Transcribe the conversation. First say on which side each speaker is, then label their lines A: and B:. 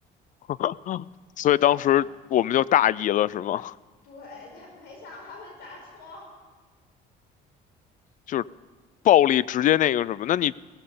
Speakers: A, on the left; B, on the left.
A: 啊，所以当时我们就大意了，
B: 对
A: 是吗？
B: 对，但没想到它会砸窗，
A: <laughs> 就是暴力直接那个什么，那你